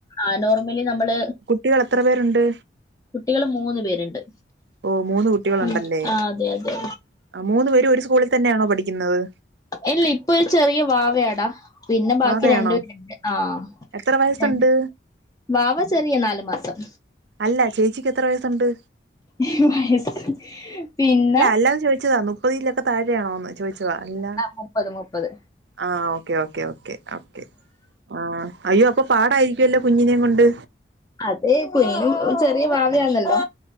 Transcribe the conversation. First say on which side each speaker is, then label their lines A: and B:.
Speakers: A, on the left; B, on the right.
A: ആ നോർമലി നമ്മള്
B: കുട്ടികളെത്ര പേരുണ്ട്?
A: കുട്ടികൾ മൂന്ന് പേര്ണ്ട്
B: ഓ മൂന്ന് കുട്ടികളുണ്ടല്ലേ
A: ഉം ആഹ് അതെ അതെ
B: ആ മൂന്ന് പേരും ഒരു സ്കൂളി തന്നെയാണോ പഠിക്കുന്നത്?
A: ഇല്ല ഇപ്പൊ ഒരു ചെറിയ വാവെയാടാ പിന്നെ ബാക്കി
B: വാവയാണോ
A: രണ്ട് പേര്ണ്ട് ആഹ്
B: എത്ര വയസ്സുണ്ട്
A: ര വാവ ചെ റിയ നാല് മാസം
B: അല്ല ചേച്ചിക്കെത്ര വയസ്സുണ്ട്?
A: ഹ് വയസ്സ് പിന്നെ
B: എല്ലാം ചോയ്ച്ചതാ നു പ്പതിലൊക്കെ താഴെയാണോന്ന് ചോദിച്ചതാ അല്ലാണ്ട്
A: മുപ്പത് മുപ്പത്
B: ആഹ് ഓക്കെ ഓക്കെ ഓക്കെ ആ അയ്യോ അപ്പൊ പാടായിരിക്കുവല്ലോ കുഞ്ഞിനേം കൊണ്ട്
A: അതെ കുഞ്ഞും ഒരു ചെറിയ വാവയാണല്ലോ?